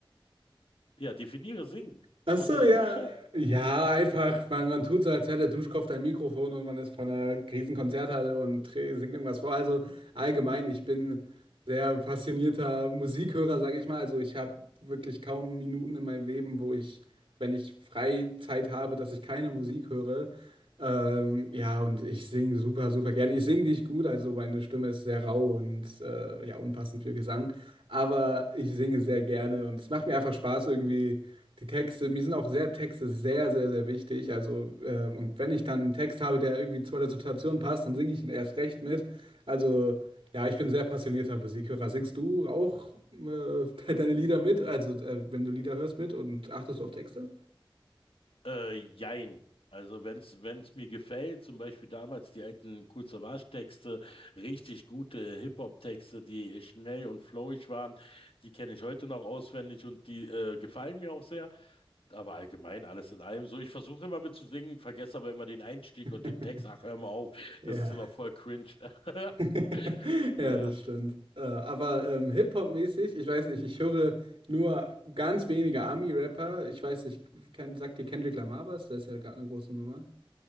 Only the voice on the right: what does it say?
Ach
so,
ja.
Ja, einfach, man, man tut so, als wäre der Duschkopf dein Mikrofon und man ist von einer Riesenkonzerthalle und tre- singt irgendwas vor. Also allgemein, ich bin sehr passionierter Musikhörer, sage ich mal. Also ich habe wirklich kaum Minuten in meinem Leben, wo ich, wenn ich Freizeit habe, dass ich keine Musik höre. Ähm, ja, und ich singe super, super gerne. Ich singe nicht gut, also meine Stimme ist sehr rau und äh, ja, unpassend für Gesang. Aber ich singe sehr gerne und es macht mir einfach Spaß, irgendwie die Texte. Mir sind auch sehr Texte sehr, sehr, sehr wichtig. Also, äh, und wenn ich dann einen Text habe, der irgendwie zu der Situation passt, dann singe ich ihn erst recht mit. Also, ja, ich bin sehr passionierter Musikhörer. Singst du auch äh, <laughs> deine Lieder mit? Also, äh, wenn du Lieder hörst mit und achtest du auf Texte?
<laughs>
Ja.
<laughs> Ja,
das stimmt. Äh, aber ähm, Hip-Hop-mäßig, ich weiß nicht, ich höre nur ganz wenige Ami-Rapper. Ich weiß nicht, kenn, sagt dir Kendrick Lamar was? Der ist ja gerade eine große Nummer.